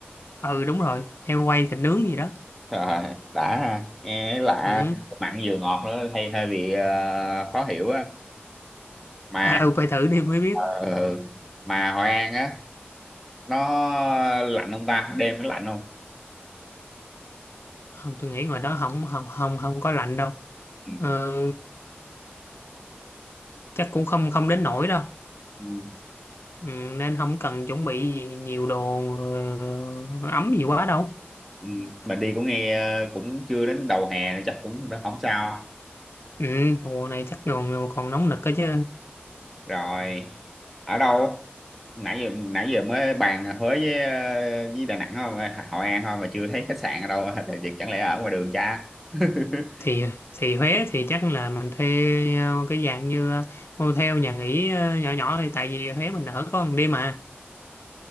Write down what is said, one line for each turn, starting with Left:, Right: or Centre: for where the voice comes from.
Left: ừ đúng rồi heo quay thịt nướng gì đó
Centre: Rồi, đã ha. nghe lạ
Left: ừ
Centre: mặn vừa ngọt nữa hay hơi bị ờ, khó hiểu á
Left: <laughs>
Centre: mà
Left: à, ừ phải thử đi mới biết
Centre: ờ, mà Hội An á nó lạnh không ta đêm nó lạnh không
Left: không tôi nghĩ ngoài đó không không không không có lạnh đâu
Centre: ừ.
Left: Ờ, chắc cũng không không đến nổi đâu
Centre: Ừ.
Left: ừ, nên không cần chuẩn bị gì nhiều đồ ờ, ấm gì quá đâu
Centre: Ừ. Mình đi cũng nghe ờ, cũng chưa đến đầu hè nữa, chắc cũng đã không sao
Left: ừ, mùa này chắc còn còn nóng nực cơ chứ
Centre: rồi ở đâu nãy giờ nãy giờ mới bàn Huế với ờ, với Đà Nẵng không Hội An không mà chưa thấy khách sạn ở đâu thì chẳng lẽ ở ngoài đường cha <laughs>
Left: thì thì Huế thì chắc là mình thuê ờ, cái dạng như ờ, motel nhà nghỉ ờ, nhỏ nhỏ thì tại vì Huế mình ở có một đêm mà